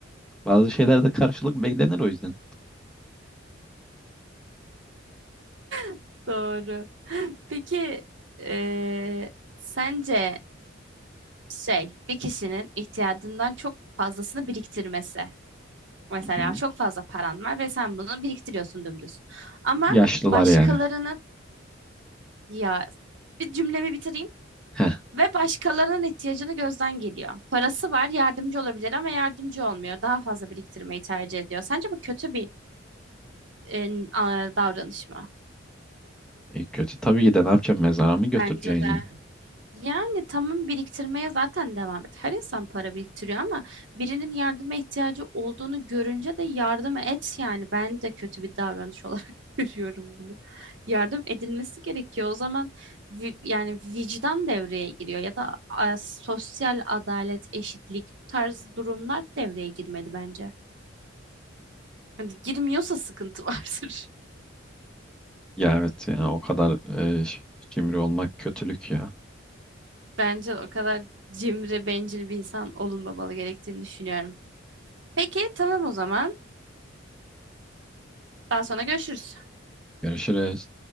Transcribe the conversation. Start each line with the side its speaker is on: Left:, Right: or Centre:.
Centre: bazı şeylerde karşılık beklenir o yüzden.
Right: <laughs> Doğru. Peki eee, sence şey bir kişinin ihtiyacından çok fazlasını biriktirmesi. Mesela
Centre: Hı hı.
Right: çok fazla paran var ve sen bunu biriktiriyorsun dümdüz. Ama
Centre: Yaşlılar
Right: başkalarının
Centre: yani.
Right: ya bir cümlemi bitireyim.
Centre: Heh.
Right: Ve başkalarının ihtiyacını gözden geliyor. Parası var, yardımcı olabilir ama yardımcı olmuyor. Daha fazla biriktirmeyi tercih ediyor. Sence bu kötü bir e, a- davranış mı?
Centre: E, kötü tabii ki de ne yapacaksın? Mezara mı götüreceksin
Right: Bence de.
Centre: ya?
Right: Yani tamam biriktirmeye zaten devam et. Her insan para biriktiriyor ama birinin yardıma ihtiyacı olduğunu görünce de yardım et yani. Ben de kötü bir davranış <laughs> olarak görüyorum bunu. Yardım edilmesi gerekiyor. O zaman vi- yani vicdan devreye giriyor ya da a, sosyal adalet, eşitlik bu tarz durumlar devreye girmeli bence. Hani girmiyorsa sıkıntı <laughs> vardır.
Centre: Ya evet ya o kadar e, ş- cimri olmak kötülük ya.
Right: Bence o kadar cimri, bencil bir insan olunmamalı gerektiğini düşünüyorum. Peki tamam o zaman. Daha sonra görüşürüz.
Centre: Görüşürüz.